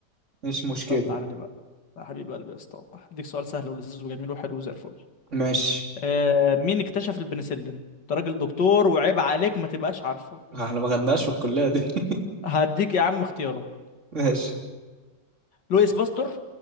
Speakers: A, on the right (about 40°); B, on the left (about 80°).
A: مش مشكلة
B: طب تعالى لي بقى يا حبيب قلبي يا اسطى والله. اديك سؤال سهل ولذيذ وجميل وحلو زي الفل
A: ماشي
B: آه، مين اكتشف البنسلين انت راجل دكتور وعيب عليك ما تبقاش عارفه
A: احنا ما خدناش في الكلية دي <laughs>
B: هديك يا عم اختيارات
A: ماشي
B: لويس باستور